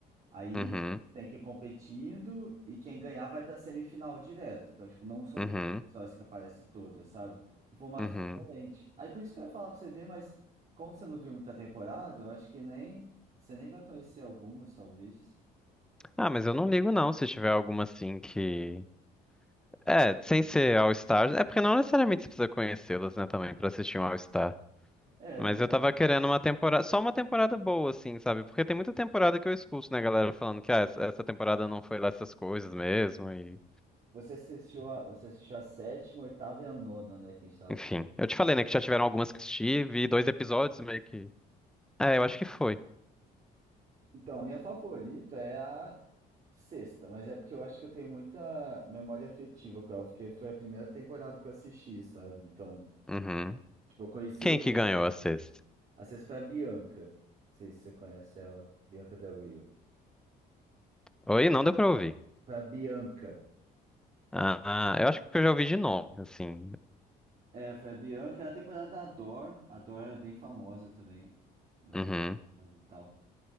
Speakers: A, on the right; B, in the centre.
A: Aí
B: Uhum.
A: tem que ir competindo e quem ganhar vai pra semifinal direto. Então, tipo, não são
B: Uhum.
A: todos os episódios que aparecem todas, sabe? Um formato
B: Uhum.
A: diferente. Aí por isso que eu ia falar pra você ver, mas como você não viu muita temporada, eu acho que nem você nem vai conhecer algumas, talvez.
B: Ah, mas eu não ligo, não, se tiver alguma assim que. É, sem ser All Stars. É porque não necessariamente você precisa conhecê-las, né, também, pra assistir um All Star.
A: É,
B: Mas
A: é verdade.
B: eu tava querendo uma temporada, só uma temporada boa, assim, sabe? Porque tem muita temporada que eu escuto, né, galera, falando que ah, essa essa temporada não foi lá essas coisas mesmo, e
A: Você assistiu a, você assistiu a sétima, oitava e a nona, né? Que a gente tava
B: enfim.
A: conversando.
B: Eu te falei, né, que já tiveram algumas que assisti vi dois episódios meio que. É, eu acho que foi.
A: Então, a minha favorita é a sexta, mas é porque eu acho que eu tenho muita memória afetiva com ela, porque foi a primeira temporada que eu assisti, sabe? Então.
B: Uhum.
A: Eu conheci
B: Quem
A: o RuPaul.
B: que ganhou
A: cara.
B: a sexta?
A: A sexta foi a Bianca. Não sei se você conhece ela. Bianca Del Rio.
B: Oi, não deu pra ouvir.
A: Foi a Bianca.
B: Ah, ah, eu acho que eu já ouvi de nome, assim.
A: É, foi a Bianca. É a temporada da Dor. A Dor é bem famosa também na temporada
B: Uhum,
A: e tal.